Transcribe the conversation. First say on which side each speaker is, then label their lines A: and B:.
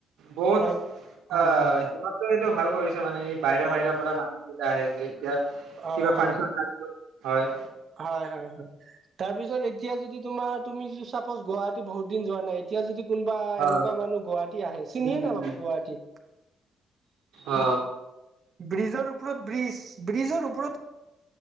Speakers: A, on the right; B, on the right.
A: বহুত
B: হয় হয়
A: আ, হিমন্তই টো ভাল কৰিছা মানে, এই বাহৰি
B: হয়
A: বাহিৰৰ
B: হয়
A: পৰা মানুহ কেইটা আহে যে এতিয়া
B: হয়
A: কিবা ফাংচন হয়
B: হয় হয় হয়, তাৰপিছত এতিয়া যদি তোমাৰ তুমি চাপোজ গুৱাহাটী বহু দিন যোৱা নাই এতিয়া যদি কোনোবা
A: অ
B: এনেকুৱা মানুহ গুৱাহাটী আহে চিনিয়ে
A: উম,
B: নাাপাব গুৱাহাটী
A: অ,
B: ব্ৰিজৰ ওপৰত ব্ৰিজ, ব্ৰিজৰ ওপৰত